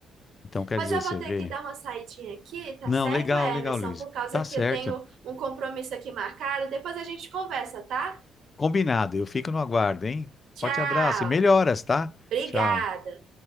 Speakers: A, on the left (about 35°); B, on the right (about 70°).
A: Então quer
B: Pois
A: dizer,
B: eu vou
A: você
B: ter
A: vê.
B: que dar uma saidinha aqui, tá
A: Não,
B: certo,
A: legal,
B: Emerson?
A: legal, Luiz.
B: Por causa
A: Tá
B: que
A: certo.
B: eu tenho um compromisso aqui marcado. Depois a gente conversa, tá?
A: Combinado. Eu fico no aguardo, hein?
B: Tchau.
A: Forte abraço e melhoras, tá?
B: Obrigada.
A: Tchau.